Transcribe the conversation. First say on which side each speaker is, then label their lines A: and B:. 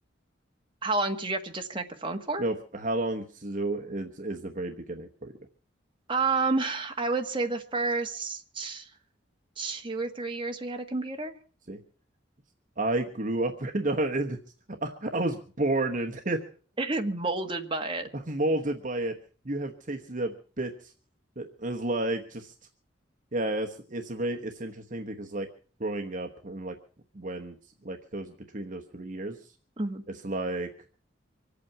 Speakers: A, on the right; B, on the right.
A: How long did you have to disconnect the phone for?
B: No, how long is, is, is the very beginning for you?
A: Um, I would say the first two or three years we had a computer,
B: See, I grew up <laughs> in, in this. I, was born and
A: <laughs> molded by it.
B: <laughs> molded by it. You have tasted a bit. It's like just yeah. It's it's very it's interesting because like growing up and like when like those between those three years,
A: hmm
B: it's like